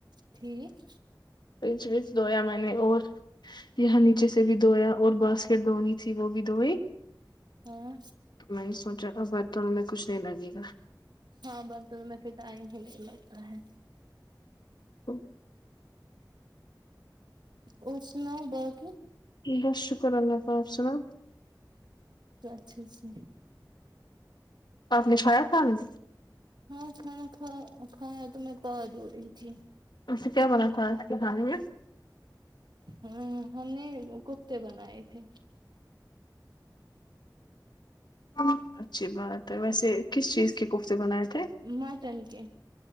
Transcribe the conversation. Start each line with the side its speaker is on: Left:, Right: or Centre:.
Right: ٹھیک
Left: پچ وچ دھویا میں نے اور یہاں نیچے سے بھی دھویا اور باسکٹ دھونی تھی وہ بھی دئی
Right: ہاں
Left: میں یہ سوچا تھا ورتن میں کچھ نہیں لگے گا
Right: ہاں برتن میں پھر ٹائم ہی نہیں لگتا ہے
Left: ہ
Right: اور سنا بس
Left: بس شکر اللہ تالی آپ سنا
Right: اچھا ا سے
Left: نےوات فامس
Right: ہاں کھانا کھا کھانا تو میں بد ہو رہی تھی
Left: اسے کیا بنا تھا اس کے کھانے میں
Right: ہاں ہم نے کفتے بنائے تھے
Left: ہ اچھی بات ہے ویسے کس چیز کے کوفتے بنائے تھے
Right: مٹن کے